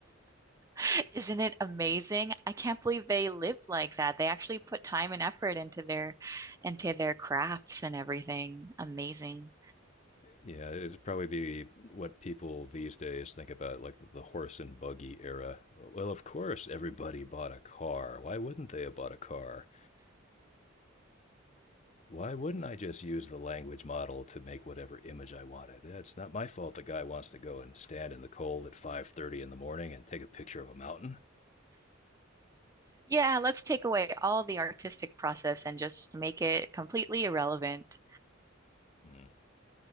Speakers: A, on the right (about 15°); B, on the left (about 35°).
A: <laughs> Isn't it amazing? I can't believe they live like that. They actually put time and effort into their into their crafts and everything. Amazing.
B: Yeah, it'd probably be what people these days think about, like the horse and buggy era. Well, of course, everybody bought a car. Why wouldn't they have bought a car? Why wouldn't I just use the language model to make whatever image I wanted? Yeah, It's not my fault the guy wants to go and stand in the cold at 5:30 in the morning and take a picture of a mountain.
A: Yeah, let's take away all the artistic process and just make it completely irrelevant.
B: Hmm.